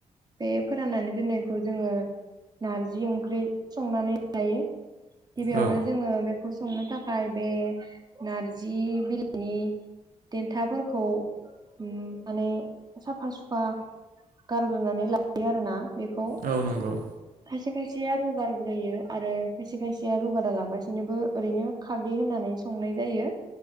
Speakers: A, on the right (about 30°); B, on the right (about 70°).
A: बे फोराननानै दोननायखौ जोङो नारजि ओंख्रि संनानै जायो गिबियावनो
B: औ
A: जोङो बे खौ संनो थाखाय बे नारजि बिलाइनि देन्थाफोरखौ उम माने साफा सुफा गारग्रोनानै लायो आरो ना बेखौ
B: औ नंगौ
A: खायसे खायसेया रुगारग्रोयो आरो खायसे खायसेया रुगारा लाबासिनोबो ओरैनो खारदै होननानै सङ नाय जायो